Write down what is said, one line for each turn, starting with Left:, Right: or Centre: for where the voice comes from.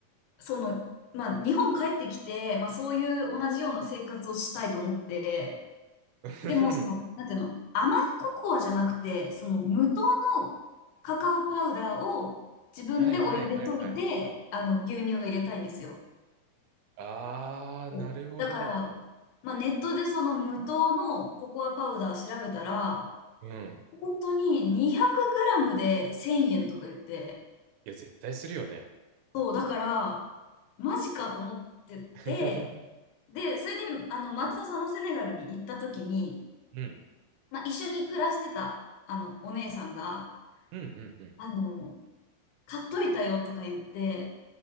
Left: その、まあ、日本帰ってきて、まあ、そういう同じような生活をしたいと思って、
Right: <laughs>
Left: でも、その、なんていうの、甘いココアじゃなくて、その無糖のカカオパウダーを自分でお湯で溶いて、
Right: はいはいはいはい。
Left: あの、牛乳を入れたいんですよ。
Right: ああ、なるほど。
Left: そうだから、まあ、ネットでその無糖のココアパウダー調べたら、
Right: うん。
Left: 本当に2 0 0ムで1000円とか言って、
Right: いや、絶対するよね。
Left: そう、だから、マジかと思ってて、
Right: <laughs>
Left: で、それで、あの、またそのセネガルに行った時に、
Right: うん。
Left: まあ、一緒に暮らしてた、あの、お姉さんが、
Right: うん、うん、うん。
Left: あの、買っといたよとか言って、